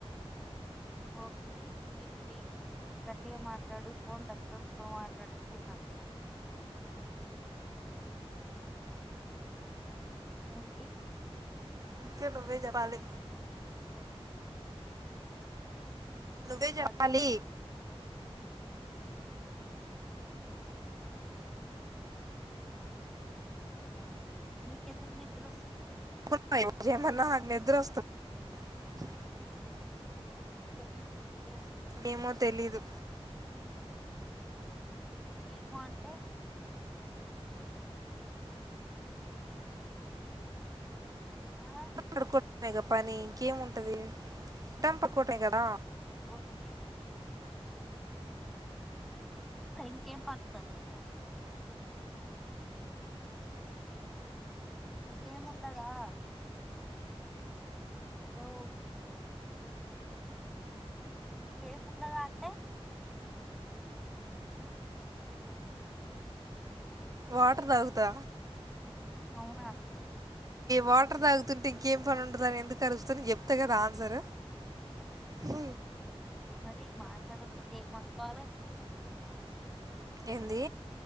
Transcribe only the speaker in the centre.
ఓకే ఇంకేంటి గట్టిగా మాట్లాడు ఫోన్ దగ్గర పెట్టుకొని మాట్లాడినిపిస్తలేదు ఏంది
ఏ మని
చప్పా
లేయ అది ఉకెందుకు నిద్రు దీ
మీకెందుకు నిద్ర వస్త
ఏమో అంటే ఆ
ఓకే ఇంకేం పనిండదానీకు ఇంకేము ఉండదా హలో ఇంకేముండద అంటే
అవునా
మరి మాట్లాడకపోతే ఏమనుకోవాలి